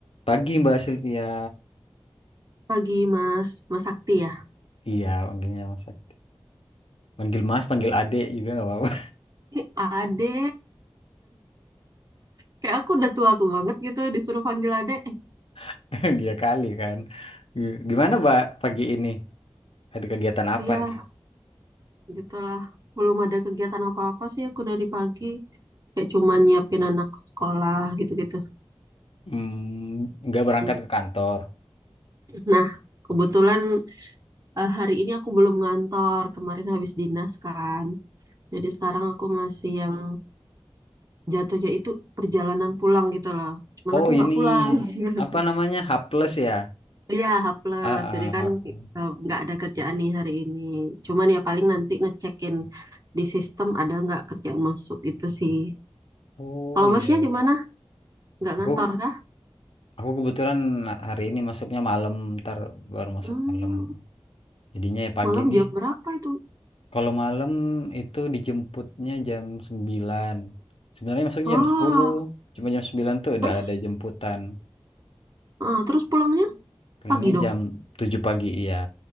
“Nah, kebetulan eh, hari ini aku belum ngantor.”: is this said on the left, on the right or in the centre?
Right